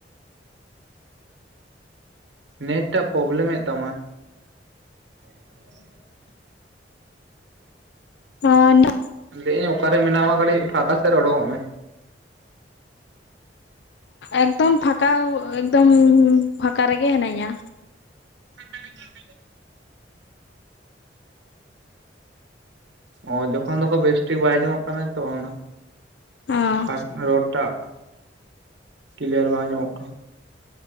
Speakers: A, on the right; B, on the left.
A: ᱱᱮᱴ ᱴᱟᱜ ᱯᱨᱚᱵᱞᱮᱢ ᱮ ᱛᱟᱢᱟ᱾ <inaudible>
B: ᱦᱟ ᱱᱟᱜ
A: ᱞᱟᱹᱭᱟᱹᱧ ᱚᱠᱟᱨᱮ ᱢᱮᱱᱟᱢᱟ ᱠᱟᱹᱴᱤᱡ ᱯᱷᱟᱸᱠᱟ ᱥᱮᱫ ᱩᱰᱠᱚᱜ ᱢᱮ᱾
B: ᱮᱠᱫᱚᱢ ᱯᱷᱟᱸᱠᱟ ᱮᱠᱫᱚᱢ ᱯᱷᱟᱠᱟ ᱨᱮᱜᱮ ᱦᱮᱱᱟᱹᱧᱟ᱾
A: ᱯᱷᱟᱸᱠᱟ ᱨᱮᱜᱮ ᱦᱮᱱᱟᱧᱟ ᱾ ᱚ ᱡᱚᱠᱷᱚᱱ ᱫᱚᱠᱷ ᱵᱮᱥ ᱴᱷᱤᱠ ᱵᱟᱭ ᱟᱡᱚᱢᱚᱜ ᱠᱟᱱᱟ ᱛᱚ ᱚᱱᱟ
B: ᱦᱚᱸ
A: ᱠᱟᱴ ᱨᱳᱰ᱾ ᱴᱟᱜ ᱠᱞᱤᱭᱟᱨ ᱵᱟᱝ ᱟᱡᱚᱢᱚᱜ ᱠᱟᱱᱟ᱾